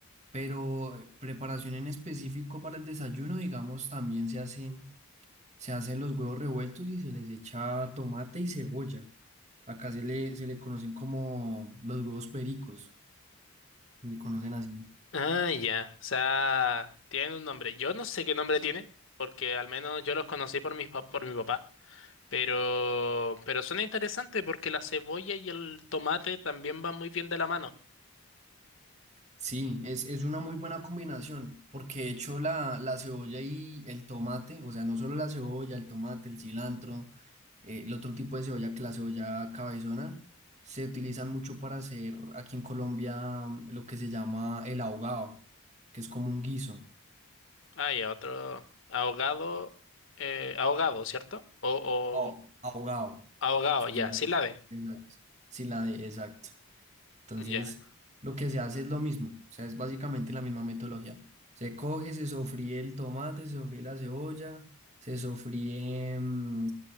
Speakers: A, on the right (about 30°); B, on the left (about 60°).
A: Pero eh, preparación en específico para el desayuno, digamos, también se hacen, se hacen los huevos revueltos y se les echa tomate y cebolla. Acá se le, se le conocen como los huevos pericos, le conocen así.
B: Ah, ya. O sea, tienen un nombre. Yo no sé qué nombre tiene, porque al menos yo los conocí por mi, por mi papá. Pero, pero suena interesante porque la cebolla y el tomate también van muy bien de la mano.
A: Sí, es, es una muy buena combinación, porque de hecho la, la cebolla y el tomate, o sea, no solo la cebolla, el tomate, el cilantro, eh, el otro tipo de cebolla que la cebolla cabezona, se utilizan mucho para hacer aquí en Colombia mm, lo que se llama el ahogado, que es como un guiso.
B: Ah, ya, otro ahogado, eh, ahogado, ¿cierto? O,
A: Oh,
B: o
A: ahogado.
B: ahogado,
A: Sí,
B: ya,
A: la
B: sí
A: de,
B: la de.
A: exacto. Sí, la de, exacto. Entonces,
B: Ya.
A: lo que se hace es lo mismo, o sea, es básicamente la misma metodología. Se coge, se sofríe el tomate, se sofríe la cebolla, se sofríe mm,